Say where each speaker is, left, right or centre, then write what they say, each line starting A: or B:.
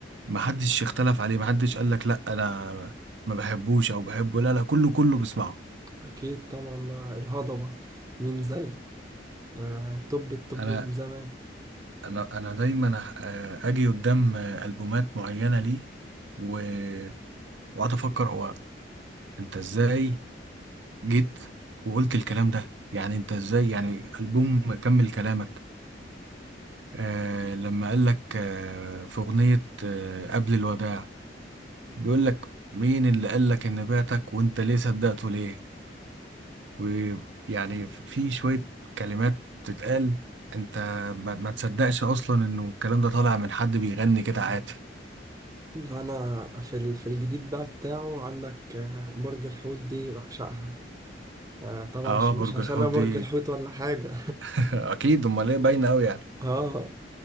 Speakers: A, on the right (about 80°); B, on the right (about 20°).
A: محدش اختلف عليه محدش قال لك لا انا ما بحبوش او بحبه لا لا كله كله بيسمعه
B: أكيد طبعا ده الهضبة مين زيه آه توب التوب
A: انا
B: من زمان
A: انا انا دايما آه، اجي قدام آه، البومات معينة ليه وقعدت افكر هو انت ازاي جيت وقلت الكلام ده يعني انت ازاي يعني البوم كمل كلامك آه لما قال لك آه في اغنيه آه قبل الوداع بيقول لك مين اللي قال لك ان بعتك وانت ليه صدقته ليه ويعني في شويه كلمات تتقال انت ما, ما تصدقش اصلا انه الكلام ده طالع من حد بيغني كده عادي
B: لا أنا في ال- في الجديد بقى بتاعه عندك آه، برج الحوت دي بعشقها آه، طبعا
A: اه
B: مش مش
A: برج
B: عشان
A: الحوت
B: انا برج
A: دي
B: الحوت ولا حاجة
A: <laughs> اكيد امال ايه باينه قوي يعني
B: <laughs> اه